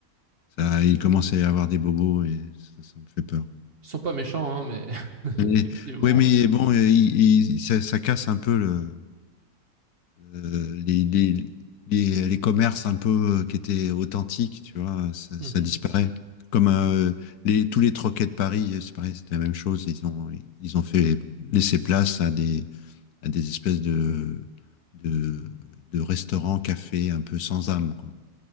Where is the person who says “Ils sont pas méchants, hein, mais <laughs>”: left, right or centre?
Right